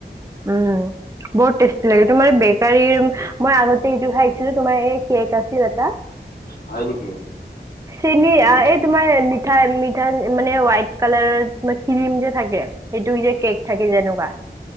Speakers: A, on the right; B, on the left.
A: উম, বহুত টেষ্টি লাগে তোমাৰ বেকাৰী মই আগতে এটো খাইছিলো তোমাৰ এই কেক আছিল এটা।
B: হয় নেকি?
A: চেনী
B: উম
A: এই তোমাৰ মিঠাই মিঠা মানে হোৱাইট কালাৰ তোমাৰ ক্ৰীম যে থাকে। সেইটো যে কেক থাকে যেনেকুৱা